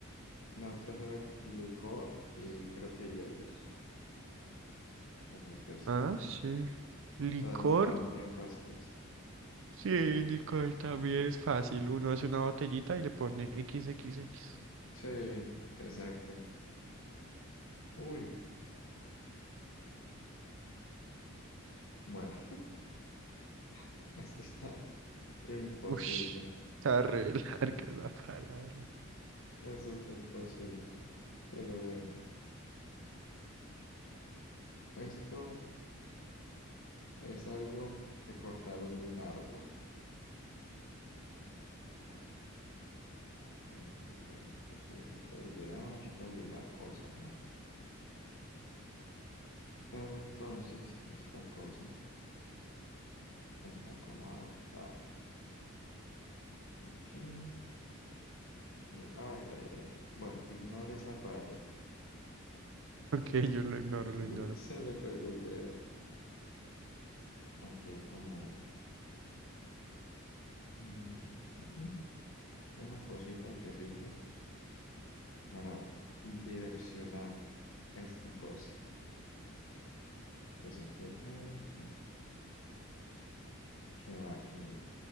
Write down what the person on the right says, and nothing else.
Ah, sí. Licor.
Sí, licor también es fácil. Uno hace una botellita y le pone XXX.
Uy, está re <laughs> larga la palabra.
Ok, yo lo ignoro,
lo
ignoro.